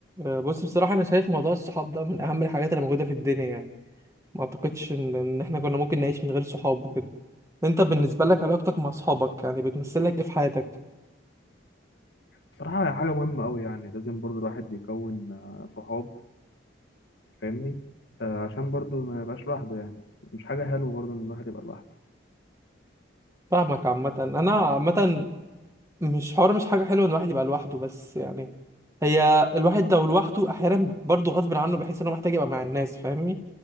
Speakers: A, on the right (about 15°); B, on the left (about 70°).
A: آه، بص بصراحة أنا شايف موضوع الصحاب ده من أهم الحاجات اللي موجودة في الدنيا يعني ما أعتقدش إن إن إحنا كنا ممكن نعيش من غير صحاب وكده أنت بالنسبة لك علاقتك مع صحابك يعني بتمثل لك إيه في حياتك؟
B: بصراحة هي حاجة مهمة أوي يعني لازم برضو الواحد يكون آه، صحاب فاهمني آه، عشان برضو ما يبقاش لوحده يعني مش حاجة حلوة برضو إن الواحد يبقى لوحده
A: فاهمك عامة أنا عامة مش حوار مش حاجة حلوة إن الواحد يبقى لوحده بس يعني هي الواحد لو لوحده أحيانا برضه غصب عنه بحيث إن هو محتاج يبقى مع الناس فاهمني؟